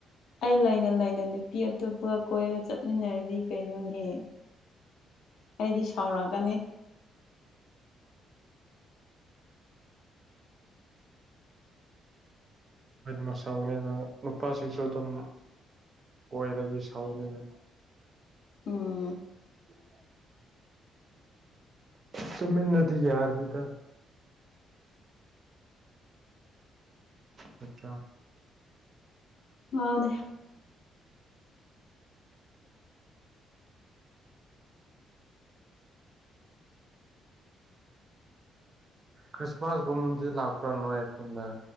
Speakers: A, on the left; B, on the right.
A: ꯑꯩ ꯂꯩꯅ ꯂꯩꯅ ꯅꯨꯄꯤ ꯑꯇꯣꯞꯄꯒ ꯀꯣꯏꯔ ꯆꯠꯃꯤꯟꯅꯔꯗꯤ ꯀꯩꯅꯣꯅꯤꯍꯦ ꯑꯩꯗꯤ ꯁꯥꯎꯔꯛꯒꯅꯤ
B: ꯃꯣꯏꯁꯥꯎꯅꯤꯗ ꯅꯨꯄꯥꯁꯤꯡꯁꯨ ꯑꯗꯨꯝ ꯀꯣꯏꯔꯗꯤ ꯁꯥꯎꯅꯤꯗ
A: ꯎꯝ
B: <inaudible> ꯇꯨꯃꯤꯅꯗꯤ ꯌꯥꯔꯅꯤꯗ ꯅꯠꯇ꯭ꯔꯣ
A: ꯃꯥꯅꯦ
B: ꯈ꯭ꯔꯤꯁꯃꯥꯁꯒꯨꯝꯕꯗꯤ ꯂꯥꯛꯄ꯭ꯔꯥ ꯅꯣꯏ ꯈꯣꯟꯗ